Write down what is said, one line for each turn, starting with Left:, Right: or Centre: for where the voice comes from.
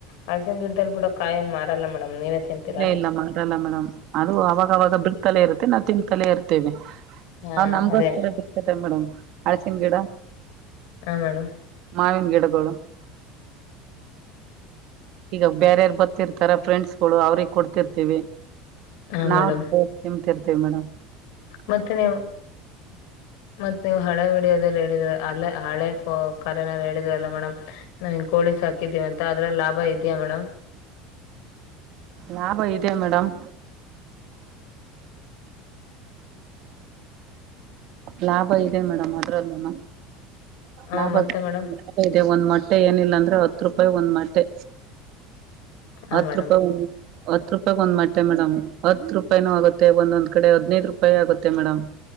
Left: ಹಳ್ಸಿನ ಗಿಡದಲ್ಲಿ ಬಿಡ ಕಾಯ ನ್ ಮಾರಲ್ಲ ಮೇಡಮ್ ನೀವೇ ತಿಂತೀರಾ
Right: ಇಲ್ಲ ಇಲ್ಲ ಮಾರಲ್ಲ ಮೇಡಮ್ ಅದು ಅವಾಗವಾಗ ಬಿಡ್ತಲೇ ಇರುತ್ತೆ ನಾವ್ ತಿಂತಲೇ ಇರ್ತ್ತೆ ತ್ತವೆ
Left: ಹಾ
Right: ಅವ ನಮಗೋಸ್ಕರ
Left: ಅದೇ
Right: ಬಿರ್ತತೆ ಮೇಡಮ್ ಅಳಸನ್ ಗಿಡ
Left: ಹಾ ಮೇಡಮ್
Right: ಮಾವಿನ ಗಿಡಗಳು ಈಗ ಬೇರ್ಯಾರ್ ಬರ್ತಿರ್ತಾರ ಫ್ರೆಂಡ್ಸ್ಗಳು ಅವ್ರಿಗೆ ಕೊಡ್ತಿರ್ತಿವಿ
Left: ಹಾ
Right: <unintelligible>
Left: ಮೇಡಮ್
Right: ತೀರ್ತಿವಿ ಮೇಡಮ
Left: ಮತ್ತೆ ನೀವು ಮತ್ತೆ ನೀವು ಹಳೆ ವಿಡಿಯೋದಲ್ಲಿ ಹೇಳಿದ್ರೆ ಅಲ್ಲ ಹಳೆ ಕರೆನ ಹೇಳಿದ್ರಲ್ಲ ಮೇಡಮ್ ನ ಕೋಳಿಸ್ ಹಾಕಿದ್ದೀವ ಅಂತ ಅದ್ರ ಲಾಭ ಇದಯಾ ಮೇಡಮ್
Right: ಲಾಭ ಇದೆ ಮೇಡಮ್ ಲಾಭ ಇದೆ ಮೇಡಮ್ ಅದ್ರಲ್ಲೂನ
Left: ಹ
Right: ಲಾಭ
Left: ಮತ್ತೆ ಮೇಡಮ್
Right: ಇದೆ ಒಂದ್ ಮ ಮಟ್ಟೆ ಏನಿಲ್ಲ ಅಂದ್ರೆ ಹತ್ತು ರೂಪಾಯಿ ಒಂದ್ ಮಟ್ಟೆ
Left: ಹಾ
Right: ಹತ್ತು
Left: ಮೇಡಮ್
Right: ರೂಪಾಯಿ ಒಂದು ಹತ್ ರೂಪಾಯ ಒಂದ್ ಮಟ್ಟೆ ಮೇಡಮ್ ಹತ್ ರೂಪಾಯೂ ಆಗುತ್ತೆ ಒಂದೊಂದ್ ಕಡೆ ಹದ್ನೈದು ರೂಪಾಯಿ ಆಗುತ್ತೆ ಮೇಡಮ್